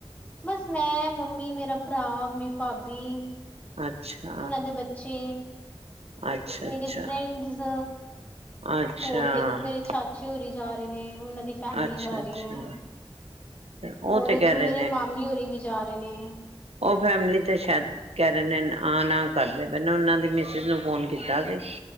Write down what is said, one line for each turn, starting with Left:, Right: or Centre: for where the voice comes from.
Left: ਬਸ, ਮੈਂ, ਮੰਮੀ, ਮੇਰਾ ਭਰਾ ਤੇ ਭਾਬੀ।
Right: ਅੱਛਾ।
Left: ਓਨਾਂ ਦੇ ਬੱਚੇ।
Right: ਅੱਛਾ,
Left: ਮੇਰੇ
Right: ਅੱਛਾ,
Left: ਫਰੈਂਡਸ
Right: ਅੱਛਾ।
Left: ਹੋਰ ਦੇਖੋ, ਮੇਰੇ ਚਾਚੇ ਹੋਰੀ ਜਾ ਰੇਨੇ, ਓਨਾਂ ਦੀ ਫੈਮਿਲੀ
Right: ਅੱਛਾ,
Left: ਜਾ
Right: ਅੱਛਾ,
Left: ਰੀਐ।
Right: ਉਹ
Left: ਹੋਰ
Right: ਤੇ
Left: ਇੱਧਰੋਂ
Right: ਕਹਿ ਰਹੇ
Left: ਮੇਰੇ ਮਾਮੀ ਹੋਰੀ ਵੀ ਜਾ ਰੇਨੇ।
Right: ਓ ਫੈਮਿਲੀ ਤੇ ਸ਼ੈਦ ਕੈ ਰੇਨੇ ਆ-ਨਾ ਕਰਦੇ ਪਏ ਨੇ, ਓਨਾਂ ਦੀ ਮਿਸਿਜ ਨੂੰ ਫੋਨ ਕੀਤਾ ਸੀ।